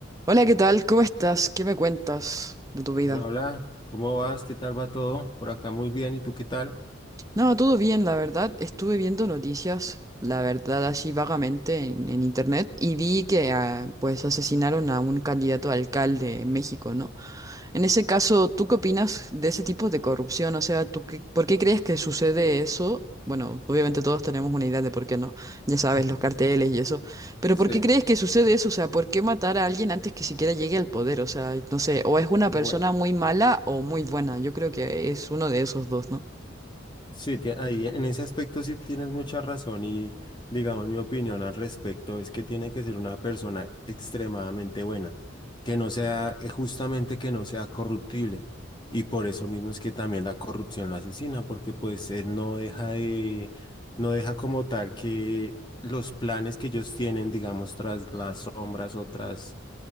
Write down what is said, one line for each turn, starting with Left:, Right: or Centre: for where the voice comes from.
Right: Hola, ¿qué tal? ¿Cómo estás? ¿Qué me cuentas de tu vida?
Left: Hola, hola, ¿cómo vas? ¿Qué tal va todo? Por acá muy bien, ¿y tú qué tal?
Right: No, todo bien, la verdad. Estuve viendo noticias, la verdad, así vagamente en, en internet y vi que ah, pues asesinaron a un candidato a alcalde en México, ¿no? En ese caso, ¿tú qué opinas de ese tipo de corrupción? O sea, ¿tú qué- por qué crees que sucede eso? Bueno, obviamente todos tenemos una idea de por qué no, ya sabes,
Left: Ujú.
Right: los carteles y eso, pero
Left: Sí,
Right: ¿por qué crees que sucede eso? O sea, ¿por qué matar a alguien antes que siquiera llegue al poder? O sea, no sé, o es una
Left: bueno,
Right: persona muy mala o muy buena, yo creo que es uno de esos dos, ¿no?
Left: sí, tie- ahí en ese aspecto sí tienes mucha razón y digamos mi opinión al respecto es que tiene que ser una persona extremadamente buena, que no sea, eh, justamente que no sea corruptible y por eso mismo es que también la corrupción la asesina porque pues eh, no deja de, no deja como tal que los planes que ellos tienen, digamos, tras las sombras o tras